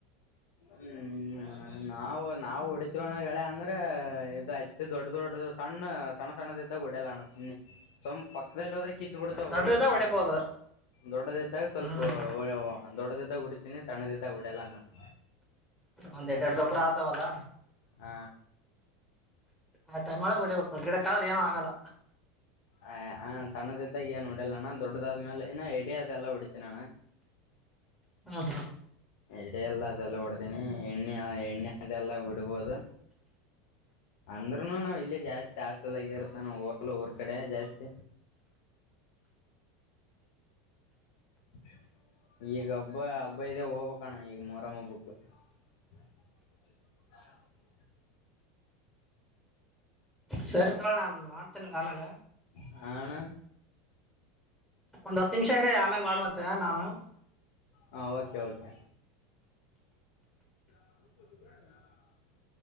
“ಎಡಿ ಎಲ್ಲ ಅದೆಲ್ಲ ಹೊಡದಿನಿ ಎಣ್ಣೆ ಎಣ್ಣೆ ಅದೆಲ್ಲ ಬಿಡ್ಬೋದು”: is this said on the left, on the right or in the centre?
Left